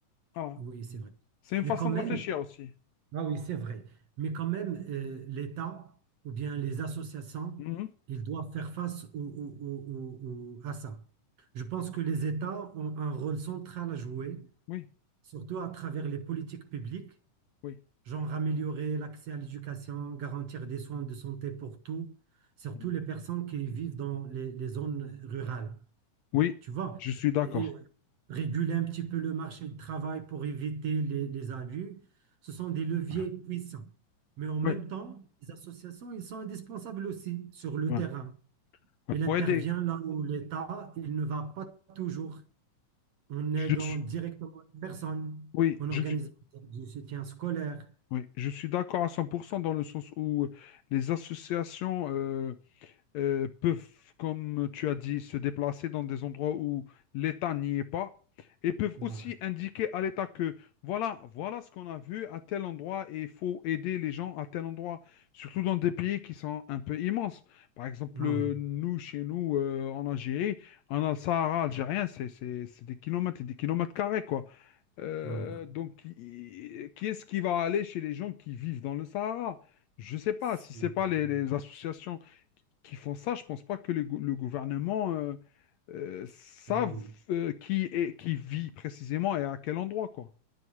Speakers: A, on the left; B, on the right.
A: Voilà.
B: oui, c'est vrai.
A: C'est une
B: Mais
A: façon
B: quand même,
A: de réfléchir aussi.
B: Ah oui, c'est vrai. Mais quand même, euh, l'État ou bien les associations,
A: Mhm.
B: ils doivent faire face au- au- au- au- au- à ça. Je pense que les États ont un rôle central à jouer,
A: Oui,
B: surtout à travers les politiques publiques,
A: oui.
B: genre améliorer l'accès à l'éducation, garantir des soins de santé pour tous, surtout
A: Mhm.
B: les personnes qui vivent dans les les zones rurales.
A: Oui,
B: Tu vois,
A: je suis d'accord.
B: et réguler un petit peu le marché du travail pour éviter les, les abus, ce sont des leviers
A: Ouais.
B: puissants. Mais en même
A: Ouais,
B: temps, les associations, ils sont indispensables aussi sur le
A: ouais,
B: terrain.
A: ouais.
B: Il intervient
A: Pour aider,
B: là où l'État, il ne va pas toujours. On aide
A: je
B: en
A: suis...
B: directement les personnes,
A: Oui,
B: on
A: je
B: organise
A: suis...
B: du soutien scolaire.
A: Oui, je suis d'accord à 100% dans le sens où euh, les associations euh, euh, peuvent, comme tu as dit, se déplacer dans des endroits où l'État n'y est pas et peuvent
B: Ouais.
A: aussi indiquer à l'État que voilà, voilà ce qu'on a vu à tel endroit et il faut aider les gens à tel endroit, surtout dans des pays qui sont un peu immenses. Par exemple,
B: Ah
A: euh,
B: oui,
A: nous, chez nous, euh, en Algérie, on a le Sahara algérien, c'est c'est- c'est des kilomètres et des kilomètres carrés, quoi. Euh,
B: Ah,
A: donc, i- qui est-ce qui va aller chez les gens qui vivent dans le Sahara? Je ne sais pas.
B: c'est-
A: Si ce n'est pas les, les associations qui qui font ça, je ne pense pas que le, gou- le gouvernement euh, euh, savent
B: oui.
A: euh, qui est, qui vit précisément et à quel endroit, quoi.